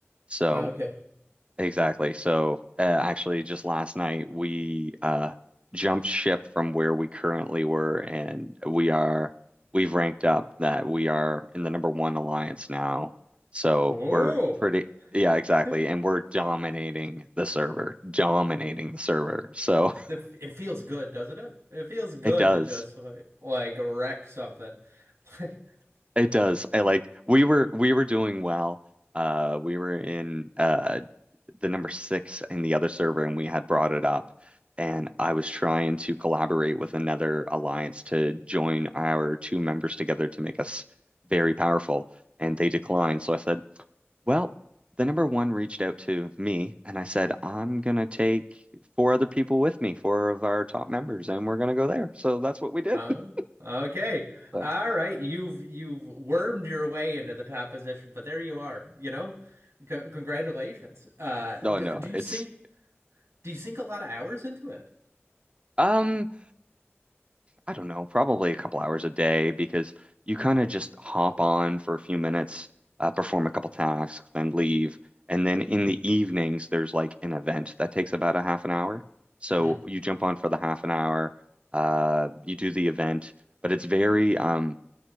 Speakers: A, on the right; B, on the right.
A: So
B: Uh, okay.
A: exactly. So uh, actually, just last night we uh, jumped ship from where we currently were, and we are we've ranked up that we are in the number one alliance now. So
B: Oh.
A: we're pretty. Yeah, exactly.
B: <laughs>
A: And we're dominating the server, dominating the server. So
B: The, it feels good, doesn't it? It feels
A: <laughs>
B: good
A: it does.
B: to just like like wreck something. <laughs>
A: It does. I like we were we were doing well. Uh we were in uh the number six in the other server and we had brought it up and I was trying to collaborate with another alliance to join our two members together to make us very powerful and they declined. So I said, well, the number one reached out to me and I said, I'm gonna take four other people with me, four of our top members, and we're gonna go there. So that's what we did.
B: Oh,
A: <laughs>
B: okay.
A: So,
B: All right. You've you've wormed your way into the top position, but there you are, you know? C congratulations. Uh,
A: no,
B: do,
A: no,
B: do you
A: it's
B: think Do you sink a lot of hours into it?
A: um I don't know, probably a couple hours a day because you kind of just hop on for a few minutes, uh, perform a couple tasks, then leave. And then in the evenings, there's like an event that takes about a half an hour. So
B: Mm.
A: you jump on for the half an hour, uh, you do the event, but it's very um,